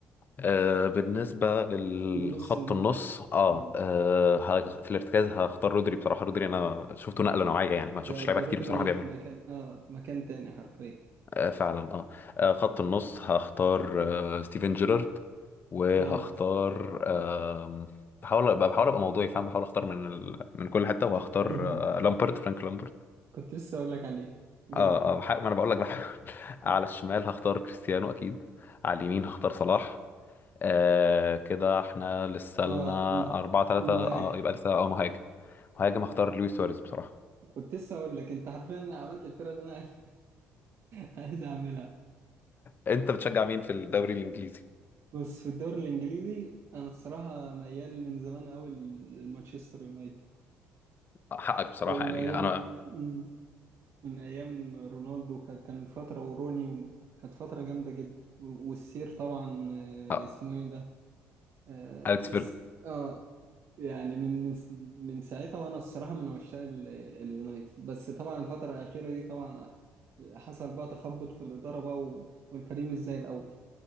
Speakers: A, on the left (about 40°); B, on the right (about 55°).
A: آه بالنسبه للخط
B: لنص الملعب
A: النص اه,
B: اه
A: آه هج- في الارتكاز هختار رودري بصراحه رودري انا شفته نقله نوعيه يعني ما شفتش
B: ده
A: لعيبه
B: ده
A: كتير
B: رودري
A: بصراحه بيعملوا
B: في مكان اه مكان تاني حرفيا
A: آه فعلا آه. اه خط النص هختار آه ستيفن جيرارد وهختار
B: جامد
A: آه بحاول ابقى بحاول ابقى موضوعي فاهم بحاول اختار من ال... من كل حته وهختار
B: <laughs>
A: آه لامبرد فرانك لامبرد
B: كنت لسه اقول لك عليه جامد
A: اه اه بحاول ما انا بقول لك بحاول <laughs> على
B: <laughs>
A: الشمال هختار كريستيانو اكيد على اليمين هختار صلاح آه كده احنا لسه
B: اه
A: لنا
B: الم-
A: أربعة ثلاثة
B: المهاجم
A: اه يبقى لسه اه مهاجم مهاجم هختار لويس سواريز بصراحة
B: كنت لسه اقول لك انت حرفيا عملت الفرقه اللي انا <laughs> عايز اعملها
A: انت بتشجع مين في الدوري الانجليزي
B: بص في الدوري الانجليزي انا الصراحه ميال من زمان قوي لمانشستر يونايتد
A: حقك بصراحة
B: من
A: يعني
B: ايام
A: انا
B: مم، من ايام رونالدو كانت كانت فتره وروني وكانت فتره جامده جدا و- والسير طبعا آه،
A: آه،
B: اسمه ايه ده اه,
A: اليكس
B: اس... آه يعني من من من ساعتها وانا الصراحه من عشاق ال- اليونايتد بس طبعا الفتره الاخيره دي طبعا حصل بقى تخبط في الاداره بقى و... والفريق مش زي الاول